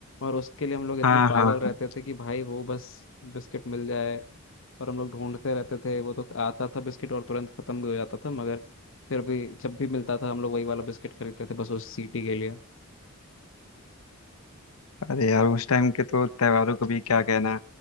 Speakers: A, on the left; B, on the left.
A: और उसके लिए हम लोग इतने
B: हाँ
A: पागल
B: हाँ
A: रहते
B: हाँ
A: थे कि भाई वो बस बिस्किट मिल जाए और हम लोग ढूंढते रहते थे वो तो आता था बिस्किट और तुरंत खत्म भी हो जाता था मगर फिर भी जब भी मिलता था हम लोग वही वाला बिस्किट खरीदते थे बस उस सीटी के लिए
B: अरे यार उस टाइम के तो त्योहारों को भी क्या कहना